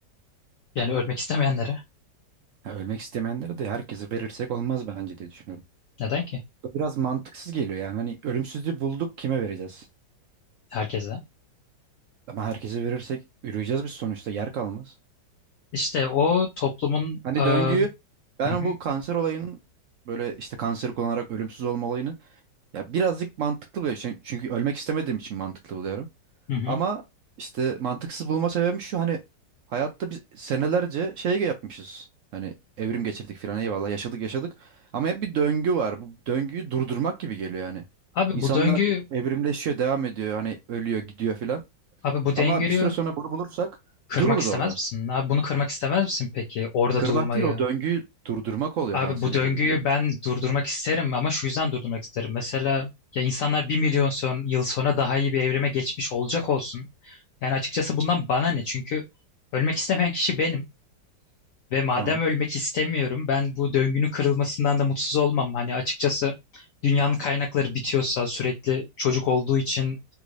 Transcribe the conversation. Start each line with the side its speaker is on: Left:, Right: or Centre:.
Left: Yani ölmek istemeyenlere.
Right: Ha, ölmek istemeyenlere de herkese verirsek olmaz bence diye düşünüyorum.
Left: Neden ki?
Right: Biraz mantıksız geliyor yani. Hani ölümsüzlüğü bulduk kime vereceğiz?
Left: Herkese.
Right: Ama herkese verirsek yürüyeceğiz biz sonuçta yer kalmaz.
Left: İşte o toplumun
Right: Hani
Left: eee,
Right: döngüyü ben
Left: hı hı,
Right: bu kanser olayının böyle işte kanseri kullanarak ölümsüz olma olayını ya birazcık mantıklı buluyorum. Şimdi- Çünkü ölmek istemediğim için mantıklı buluyorum.
Left: hı hı.
Right: Ama işte mantıksız bulma sebebim şu hani hayatta biz senelerce şey yapmışız. Hani evrim geçirdik filan eyvallah yaşadık yaşadık. Ama hep bir döngü var. Bu döngüyü durdurmak gibi geliyor yani.
Left: Abi
Right: İnsanlar
Left: bu döngü
Right: evrimleşiyor, devam ediyor. Hani ölüyor, gidiyor filan.
Left: abi bu
Right: Ama
Left: döngüyü
Right: bir süre sonra bunu bulursak
Left: kırmak
Right: dururuz
Left: istemez
Right: orada.
Left: misin? Abi bunu kırmak istemez misin peki? Orada
Right: Kırmak
Left: durmayı.
Right: değil o döngüyü durdurmak oluyor
Left: Abi
Right: kanser
Left: bu döngüyü
Right: hücrelerinin ölümsüzlük.
Left: ben durdurmak isterim ama şu yüzden durdurmak isterim. Mesela ya insanlar bir milyon son, yıl sonra daha iyi bir evrime geçmiş olacak olsun. Yani açıkçası bundan bana ne? Çünkü ölmek istemeyen kişi benim. Ve madem
Right: Tamam.
Left: ölmek istemiyorum ben bu döngünün kırılmasından da mutsuz olmam. Hani açıkçası dünyanın kaynakları bitiyorsa sürekli çocuk olduğu için